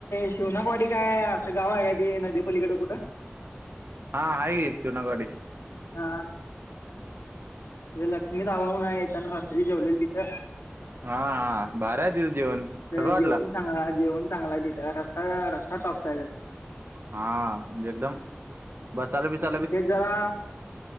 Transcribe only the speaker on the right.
हा आहे की शिवणकवाडी
हा हा भारी आहे तिथं जेवण
कसं वाटलं
हा म्हणजे एकदम बसाला बिसा